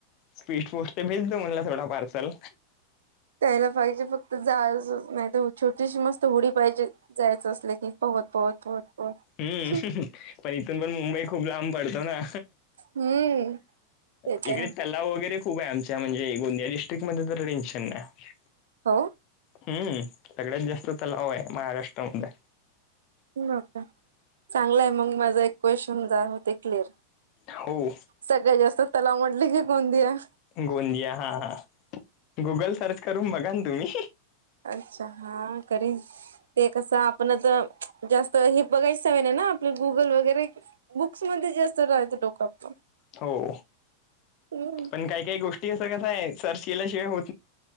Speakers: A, on the left; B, on the right.
A: स्पीट पोस्ट भेल तो म्हणला थोडा पार्सल
B: त्यायला पाहिजे फक्त जा नाही छोटीशी मस्त होडी पाहिजे. जायचं असलं की पहत पहत पहत पहत
A: हम्म पण इथून पण मुंबई खूप लांब पडतो ना
B: हम्म ते
A: इकडे
B: तर आहे
A: व वगैरे खूप आहे आमच्या म्हणे गोंदियाडस्ट्रिक्ट ममध्ये तर टेनशन आहे.
B: हा
A: हम्म सगळ्याच जास्त तलाव आहे महाराष्ट्रामध्ये
B: ह का चांगलाय मग माझा एक क्वेशन जा होते क्लिअर
A: हो
B: सगळ जास्त तलामटली की कोणती आहे.
A: गोंदिया हा हा गुगल सर्च करून बघा ना तुम्ही,
B: अच्छा हा करे ते कसं आपणच जास्त हे बघायचं सवय नाही ना आपले गुगल वगैरे बुक्समध्येध्ये जास्त राहच डोक आपण
A: हो
B: हम्
A: पण काही काही गोष्टी असं कस आहे सर्च केल्याशिवाय हो-